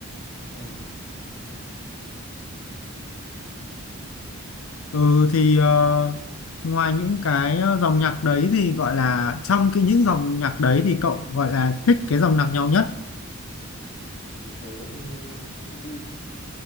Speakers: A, on the left; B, on the left.
A: Ừ,
B: Ừ thì ờ, ngoài những cái ờ, dòng nhạc đấy thì gọi là trong cái những dòng nhạc đấy thì cậu gọi là thích cái dòng nhạc nhau nhất.
A: thì tớ hay nghe indie